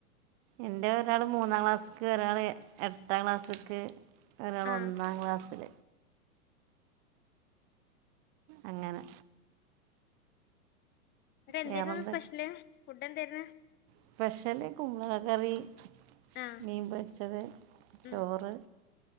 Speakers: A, on the right; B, on the left.
A: എന്റെ ഒരാള് മൂന്നാം ക്ലാസ്ക്ക് ഒരാൾ എട്ടാം ക്ലാസ്ക്ക് ഒരാൾ
B: ആ
A: ഒന്നാം ക്ലാസ്സിൽ അങ്ങനെ
B: എന്തായിരുന്നു
A: വേറെന്ത്
B: സ്പെഷ്യല് ഫുഡ് എന്തായിരുന്നു
A: സ്പെഷ്യലി കുമ്പളകറി
B: ആ
A: മീൻപൊരിച്ചത്
B: ഉം
A: ചോറ്